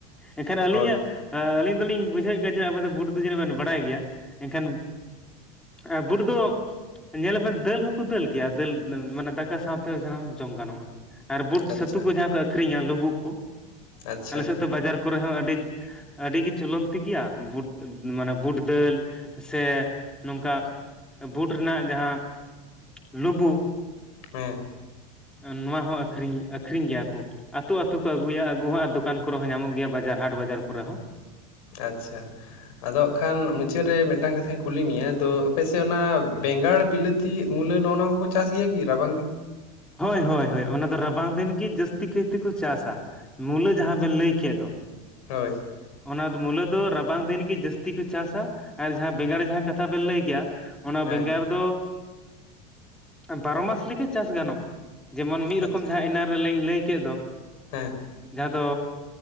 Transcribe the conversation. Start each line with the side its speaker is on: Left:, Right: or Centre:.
Centre: ᱮᱱᱠᱷᱟᱱ ᱟᱹᱞᱤᱧᱟᱜ
Left: ᱦᱳᱭ
Centre: ᱟ ᱟᱹᱞᱤᱧ ᱫᱚᱞᱤᱧ ᱵᱩᱡᱷᱟᱹᱣᱮᱜ ᱜᱮᱭᱟ ᱡᱮ ᱟᱵᱚ ᱫᱚ ᱵᱷᱩᱴ ᱡᱟᱹᱱᱤ ᱵᱮᱱ ᱵᱟᱲᱟᱭ ᱜᱮᱭᱟ ᱮᱱᱠᱷᱟᱱ ᱮᱸ ᱵᱩᱴ ᱫᱚ ᱧᱮᱞᱟ ᱵᱮᱱ ᱫᱟᱹᱞ ᱦᱚᱸᱠᱚ ᱫᱟᱹᱞ ᱜᱮᱭᱟ ᱫᱟᱹᱞ ᱢᱟᱱᱮ ᱫᱟᱠ ᱠᱟ ᱥᱟᱶᱛᱮ ᱥᱟᱱᱟᱢ ᱡᱚᱢ ᱜᱟᱱᱚᱜᱼᱟ ᱟᱨ ᱵᱩᱴ ᱥᱟᱹᱛᱩ
Left: ᱟᱪᱪᱷᱟ
Centre: ᱠᱚ ᱡᱟᱦᱟᱸ ᱠᱚ ᱟᱠᱠᱷᱨᱤᱧᱟ ᱞᱩᱵᱩᱜ ᱠᱚ
Left: ᱟᱪᱪᱷᱟ
Centre: ᱟᱞᱮ ᱥᱮᱜ ᱫᱚ ᱵᱟᱡᱟᱨ ᱠᱚᱨᱮ ᱦᱚᱸ ᱟᱹᱰᱤ ᱟᱹᱰᱤᱜᱮ ᱪᱚᱞᱚᱱᱛᱤ ᱜᱮᱭᱟ ᱵᱩᱴ ᱢᱟᱱᱮ ᱵᱩᱴ ᱫᱟᱹᱞ᱾ ᱥᱮ ᱱᱚᱝᱠᱟ ᱵᱩᱴ ᱨᱮᱱᱟᱜ ᱡᱟᱦᱟᱸ ᱞᱩᱵᱩᱜ᱾
Left: ᱦᱮᱸ
Centre: ᱮᱸ ᱱᱚᱣᱟ ᱦᱚᱸ ᱟᱠᱷᱨᱤᱧ ᱟᱠᱷᱨᱤᱧ ᱜᱮᱭᱟ ᱠᱚ ᱟᱹᱛᱩ ᱟᱛᱩ ᱠᱚ ᱟᱹᱜᱩᱭᱟ᱾ ᱠᱩ ᱦᱟᱸᱜ ᱫᱚᱠᱟᱱ ᱠᱚᱨᱮ ᱦᱚᱸ ᱧᱟᱢᱚᱜ ᱜᱮᱭᱟ ᱵᱟᱡᱟᱨ ᱦᱟᱴ ᱵᱟᱡᱟᱨ ᱠᱚᱨᱮ ᱦᱚᱸ᱾
Left: ᱟᱪᱪᱷᱟ᱾ ᱟᱫᱚᱜ ᱠᱷᱟᱱ ᱢᱩᱪᱟᱹᱫ ᱨᱮ ᱢᱤᱫᱴᱟᱝ ᱠᱟᱛᱷᱟᱧ ᱠᱩᱞᱤ ᱢᱮᱭᱟ ᱛᱚ ᱟᱯᱮᱥᱮᱫ ᱚᱱᱟ ᱵᱮᱸᱜᱟᱲ ᱵᱤᱞᱟᱹᱛ ᱛᱤ ᱢᱩᱞᱟᱹ ᱱᱚᱜᱼᱚ ᱱᱚᱣᱟ ᱠᱚᱠᱚ ᱪᱟᱥ ᱜᱮᱭᱟ ᱠᱤ ᱨᱟᱵᱟᱝ ᱫᱤᱱ?
Centre: ᱦᱳᱭ ᱦᱳᱭ ᱦᱳᱭ ᱚᱱᱟ ᱫᱚ ᱨᱟᱵᱟᱝ ᱫᱤᱱ ᱜᱮ ᱡᱟᱹᱥᱛᱤ ᱠᱟᱹᱭ ᱛᱮᱠᱚ ᱪᱟᱥᱟ᱾ ᱢᱩᱞᱟᱹ ᱡᱟᱦᱟᱸ
Left: ᱟᱪᱪᱷᱟ
Centre: ᱵᱮᱱ ᱞᱟᱹᱭ ᱠᱮᱜ ᱫᱚ᱾
Left: ᱦᱳᱭ
Centre: ᱚᱱᱟ ᱢᱩᱞᱟᱹ ᱫᱚ ᱨᱟᱵᱟᱝ ᱫᱤᱱ ᱜᱮ ᱡᱟᱹᱥᱛᱤ ᱠᱚ ᱪᱟᱥᱟ, ᱟᱨ ᱡᱟᱦᱟᱸ
Left: ᱦᱩᱸ
Centre: ᱵᱮᱸᱜᱟᱲ ᱡᱟᱦᱟᱸ ᱠᱟᱛᱷᱟ ᱵᱮᱱ ᱞᱟᱹᱭ ᱠᱮᱭᱟ ᱚᱱᱟ
Left: ᱦᱮᱸ
Centre: ᱵᱮᱸᱜᱟᱲ ᱫᱚ ᱟᱸ ᱵᱟᱨᱚ ᱢᱟᱥ ᱞᱮᱠᱟ ᱪᱟᱥ ᱜᱟᱱᱚᱜᱼᱟ᱾ ᱡᱮᱢᱚᱱ ᱢᱤᱫ ᱨᱚᱠᱚᱢ
Left: ᱟᱪᱪᱷᱟ
Centre: ᱡᱟᱦᱟᱸ ᱮᱱᱟᱱ ᱨᱮᱞᱤᱮᱧ ᱞᱟᱹᱭ ᱠᱮᱜ ᱫᱚ᱾
Left: ᱦᱮᱸ
Centre: ᱡᱟᱦᱟᱸ ᱫᱚ